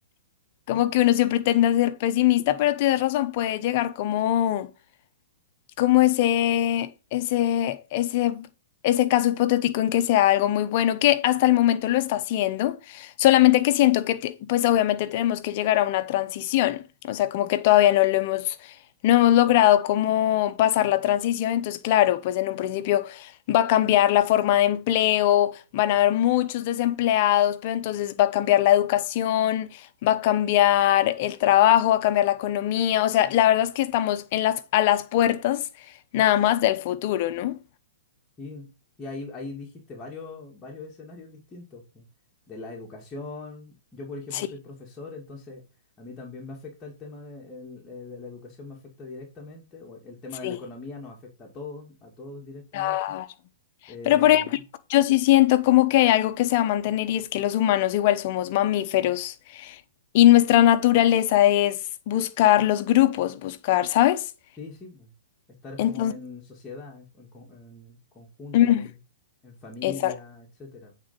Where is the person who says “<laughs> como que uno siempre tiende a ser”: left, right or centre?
Left